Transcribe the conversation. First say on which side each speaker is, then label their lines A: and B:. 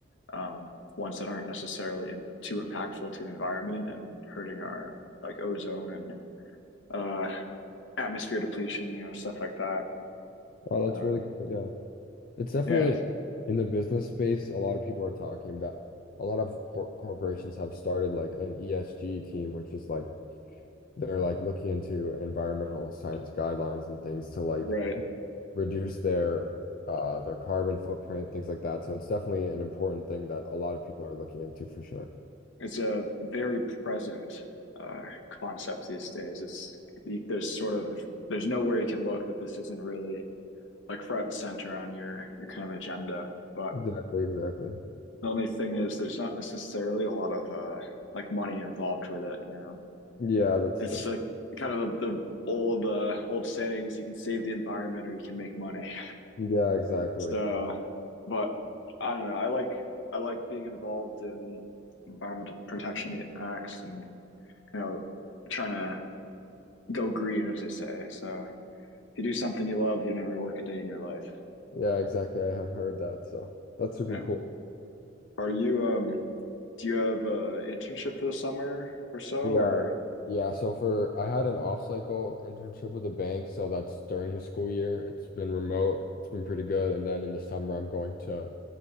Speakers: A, on the left; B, on the left.
A: um, ones that aren't necessarily im- too impactful to the environment and hurting our like ozone and uh, atmosphere depletion, you know, stuff like that.
B: Oh, that's
A: Um,
B: really cool. Yeah. It's definitely
A: yeah,
B: in the business space, a lot of people are talking about a lot of cor corporations have started like an ESG team, which is like they're like looking into environmental science guidelines and things to like
A: right.
B: reduce their uh their carbon footprint, things like that. So it's definitely an important thing that a lot of people are looking into for sure.
A: It's a very present uh, concept these days. It's you- there's sort of there's nowhere you can look that this isn't really like front and center on your your kind of agenda. But
B: Exactly, exactly.
A: the only thing is, there's not necessarily a lot of uh, like money involved with it. You know,
B: Yeah, that's
A: it's
B: def-
A: like kind of the, the old uh, old sayings: you can save the environment or you can make money. <laughs>
B: yeah, exactly.
A: So, but I don't know. I like I like being involved in environmental protection acts and you know trying to go green, as they say. So if you do something you love, you never work a day in your life.
B: Yeah, exactly. I have heard that, so that's super
A: Yeah.
B: cool.
A: Are you um do you have a internship for the summer or so or
B: Yeah. Yeah, so for I had an off-cycle internship with a bank, so that's during the school year. It's been remote, it's been pretty good. And then in the summer, I'm going to